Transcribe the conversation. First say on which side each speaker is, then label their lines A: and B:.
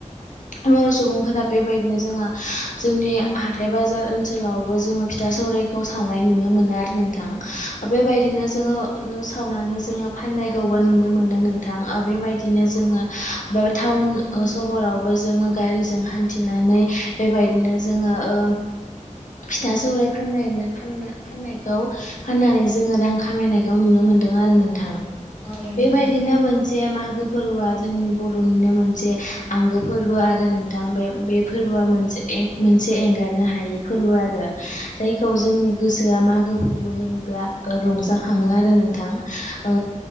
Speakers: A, on the left; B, on the left.
A: बर' सुबुंफोरा बेबायदिनो जोंहा जोंनि हाथाइ बाजार ओनसोल ओनसोलावबो जोङो फिथा सौरायखौ सावनाय नुनो मोनो आरो नोंथां बेबायदिनो जोङो सावनानै जोङो फाननायखौबो नुनो मोनो नोंथां ओ बेबायदिनो जोङो टाउन सहरावबो जोङो गारिजों हान्थिनानै बेबायदिनो जोङो ओ फिथा सौराय फाननाय फाननायखौ फाननानै जोङो रां खामायनायखौ नुनो मोनो मोनदों आरो नोंथां
B: औ नोंथां नंगौ औ नोंथां
A: बेबादिनो
B: नंगौ
A: मोनसे मागो फोरबोआ जोंनि बर'निनो मोनसे आंगो फोरबो आरो नोंथां बे बे फोरबोआ मोनसे मोनसे एंगारनो हायि फोरबो आरो जायखौ जोंनि गोसोआ मागो फोरबो होनोब्ला रंजाखाङो आरो नोंथां ओ